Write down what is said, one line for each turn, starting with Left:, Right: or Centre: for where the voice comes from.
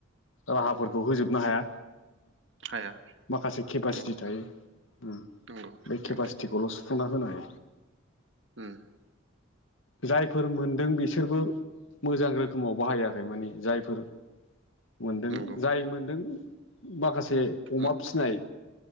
Left: राहाफोरखौ होजोबनो हाया
Right: हाया
Left: माखासे केपासिटि
Right: नंगौ
Left: थायो
Right: नंगौ
Left: बे
Right: सैथो
Left: केपासिटिखौल' सुफुंना होनाय
Right: उम
Left: जायफोर मोनदों बिसोरबो मोजां रोखोमाव बाहायाखै माने जायफोर मोनदों
Right: नंगौ
Left: जाय मोनदों माखासे अमा
Right: उम
Left: फिनाय